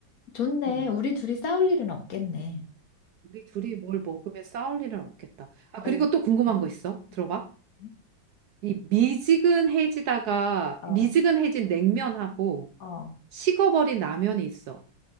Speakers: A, on the left; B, on the right.
A: 좋네.
B: 응.
A: 우리 둘이 싸울 일은 없겠네.
B: 우리 둘이 뭘 먹으면 싸울 일은 없겠다. 아,
A: 어우,
B: 그리고 또 궁금한
A: 음,
B: 거 있어.
A: 음.
B: 들어봐. 이 미지근해지다가
A: 어,
B: 미지근해진 냉면하고
A: 어,
B: 식어버린 라면이 있어.